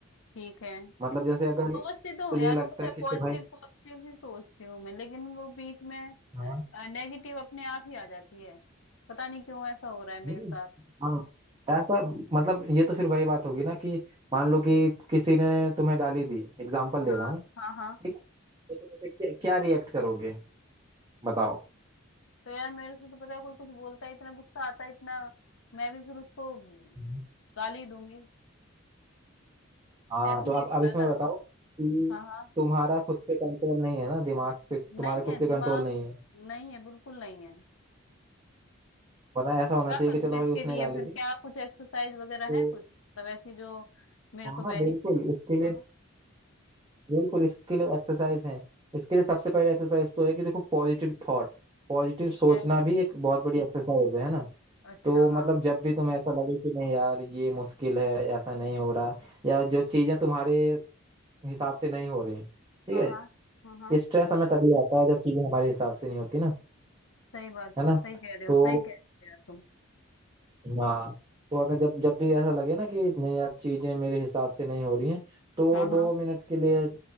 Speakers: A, on the left; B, on the right.
A: ठीक है
B: मतलब जैसे अगर
A: सोचती तो हूँ
B: तुझे
A: यार
B: लगता
A: मैं पता
B: है
A: है
B: कि
A: पॉजिटिव
B: ते भाई
A: पॉजिटिव ही सोचती हूँ मैं लेकिन वो बीच में
B: हाँ
A: नेगेटिव अपने आप ही आ जाती है पता नहीं क्यों ऐसा हो रहा है मेरे
B: नहीं
A: साथ
B: हाँ ऐसा मतलब ये तो फिर वही बात होगी ना कि मान लो कि किसी ने तुम्हें गाली दी एग्जाम्पल दे
A: हाँ
B: रहा हूँ
A: हाँ हाँ
B: ठीक है तो तुम उसे क्या, क्या रिएक्ट करोगे बताओ
A: तो यार मेरे से तो पता है कोई कुछ बोलता है इतना गुस्सा आता है इतना मैं भी फिर उसको
B: हम्म।
A: गाली दूंगी
B: हाँ
A: ऐसे
B: तो
A: नहीं
B: अब
A: होता
B: अब इसमें
A: ना
B: बताओ कि
A: हाँ हाँ
B: तुम्हारा खुद पे कंट्रोल नहीं है ना दिमाग पे तुम्हारे
A: नहीं
B: खुद
A: है
B: के
A: दिमाग
B: कंट्रोल नहीं है
A: नहीं है बिल्कुल नहीं है
B: वरना ऐसा होना
A: क्या
B: चाहिए
A: करूं
B: कि चलो
A: मैं
B: भाई
A: इसके
B: उसने
A: लिए
B: गाली
A: फिर
B: दी
A: क्या कुछ एक्सरसाइज वगैरह
B: तो
A: है कुछ मतलब ऐसी जो मेरे
B: हाँ
A: को बेनिफिट
B: बिल्कुल इसके लिए
A: हाँ
B: बिल्कुल इसके लिए एक्सरसाइज है इसके लिए सबसे पहले एक्सरसाइज तो है कि देखो पॉजिटिव थॉट पॉजिटिव
A: ठीक
B: सोचना
A: है
B: भी एक बहुत बड़ी एक्सरसाइज है है ना
A: अच्छा
B: तो मतलब
A: हाँ
B: जब भी तुम्हें ऐसा लगे कि नहीं यार ये मुश्किल है ऐसा नहीं हो रहा या जो चीजें तुम्हारे हिसाब से नहीं हो रही ठीक
A: हाँ
B: है
A: हाँ हाँ हाँ
B: स्ट्रेस हमें तभी आता है जब चीजें हमारे हिसाब से नहीं होती ना
A: सही बात
B: है ना
A: है सही कह रहे
B: तो
A: हो सही कह रहे हो यार तुम
B: हाँ तो अगर जब जब भी ऐसा लगे ना कि नहीं यार चीजें मेरे हिसाब से नहीं हो रही हैं तो
A: हाँ
B: दो
A: हाँ
B: मिनट के लिए